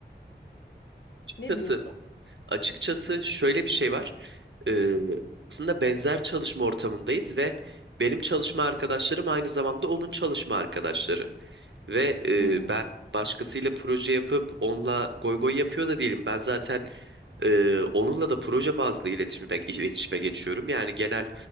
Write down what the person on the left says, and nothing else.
Ne diyorsun?
Hı hı.